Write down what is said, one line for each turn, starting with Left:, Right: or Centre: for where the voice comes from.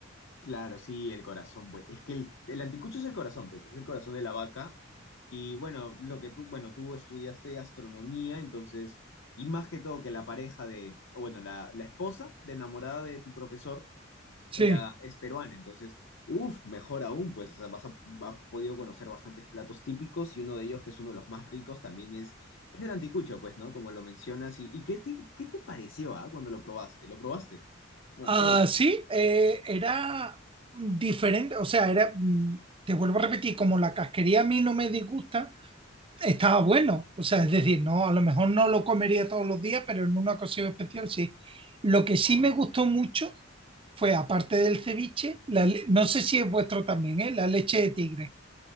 Left: Claro, sí, el corazón, pues. Es que el, el anticucho es el corazón, pues, es el corazón de la vaca. Y bueno, lo que tú, bueno, tú estudiaste gastronomía, entonces, y más que todo que la pareja de, o bueno, la, la esposa, la enamorada de tu profesor,
Right: Sí.
Left: era, es peruana, entonces, uff, mejor aún, pues, o sea, vas a- has podido conocer bastantes platos típicos y uno de ellos, que es uno de los más ricos, también es, es el anticucho, pues, ¿no? Como lo mencionas. ¿Y, y qué te, qué te pareció, ah, cuando lo probaste? ¿Lo probaste? Bueno,
Right: Ah,
Left: obvio.
Right: sí, eh, era diferente, o sea, era, mm, te vuelvo a repetir, como la casquería a mí no me disgusta, estaba bueno, o sea, es decir, no, a lo mejor no lo comería todos los días, pero en una ocasión especial sí. Lo que sí me gustó mucho fue, aparte del ceviche, la le- no sé si es vuestro también, ¿eh? La leche de tigre.